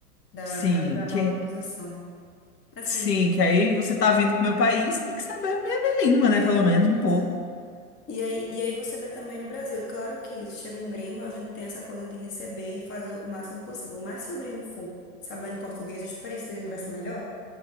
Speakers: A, on the left (about 25°); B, on the left (about 85°).
A: da,
B: Sim,
A: da, da
B: que,
A: valorização. Assim,
B: sim, que aí você tá vindo pro meu país, tem que saber a minha minha língua,
A: exatamente.
B: né? Pelo menos um pouco.
A: E aí, e aí você vê também no Brasil, claro que chega um gringo, a gente tem essa coisa de receber e fazer o máximo possível. Mas se o gringo for sabendo português, a experiência dele não vai ser melhor?